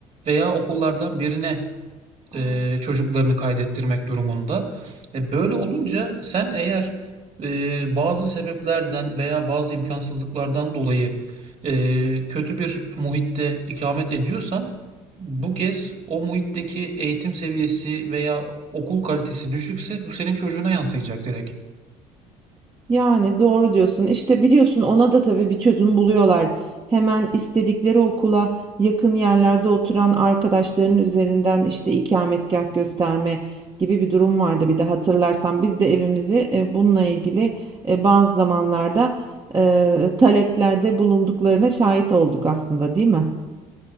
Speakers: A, on the right; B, on the right.
A: veya okullardan birine
B: Aa,
A: e, çocuklarını kaydettirmek durumunda. E, böyle olunca sen eğer e, bazı sebeplerden veya bazı imkansızlıklardan dolayı e, kötü bir muhitte ikamet ediyorsan bu kez o muhitteki eğitim seviyesi veya okul kalitesi düşükse bu senin çocuğuna yansıyacak direkt.
B: Yani doğru diyorsun. İşte biliyorsun ona da tabii bir çözüm buluyorlar. Hemen istedikleri okula yakın yerlerde oturan arkadaşlarının üzerinden işte ikametgah gösterme gibi bir durum vardı. Bir de hatırlarsan biz de evimizi e, bununla ilgili e, bazı zamanlarda e, taleplerde bulunduklarına şahit olduk aslında, değil mi?